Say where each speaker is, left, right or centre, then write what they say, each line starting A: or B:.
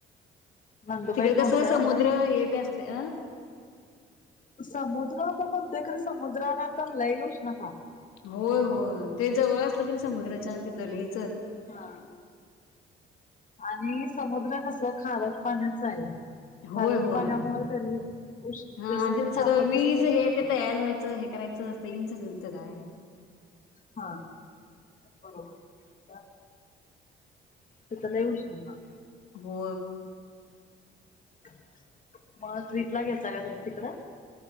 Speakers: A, on the left; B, on the left.
A: नंदुबाई
B: तिकडे
A: कोणत्या
B: कस समुद्र
A: ह्याला आहे?
B: हे ते असते अ
A: समुद्र पण म्हणतोय खर समुद्राला तर लय उष्णता
B: होय होय ते जवळ असलं की समुद्राच्या तिथ लई
A: हा आणि समुद्र कस खारट पाण्याच आहे
B: होय
A: खारट
B: होय
A: पाण्यामुळे त्यांनी उष्ण
B: हा
A: जसं
B: आणि
A: ते
B: तिथ
A: तापल
B: सगळं वीज
A: तसं उष्णता
B: हे ते तयार व्हायचं हे करायचं असतय सगळं तिथं काय आहे -
A: हा बरोबर तिथ लय उष्णता
B: हो
A: <inaudible> मग ट्रीप गेलता का तुम्ही तिकडे